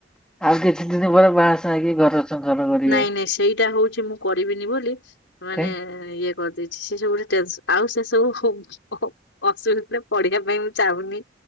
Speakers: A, in the centre; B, on the left.
A: ଆଉ କିଛି ଦିନ ପରେ ବାହା ସାକ ଘର ସଂସାର କରିବେ।
B: ନାଇଁ ନାଇଁ ସେଇଟା ହଉଛି ମୁଁ କରିବିନି ବୋଲି ମାନେ
A: ହେ
B: ଇଏ କରି ସେ ସବୁ ଗୋେ ଆଉ ସେ ସବୁ ଅସୁବିଧା ପଢିବା ପାଇଁ ମୁଁ ଚାହୁନି